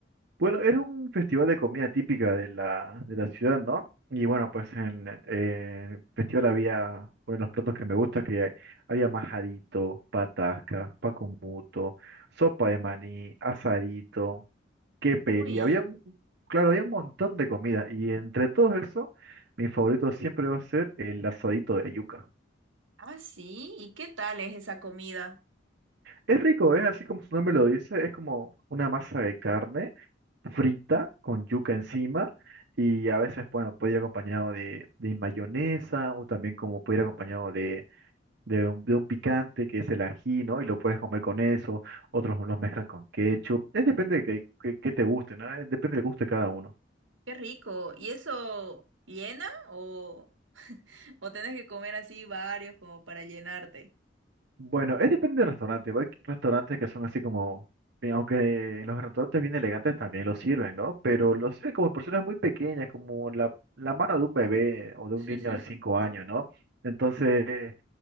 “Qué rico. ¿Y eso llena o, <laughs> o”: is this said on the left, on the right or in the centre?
Right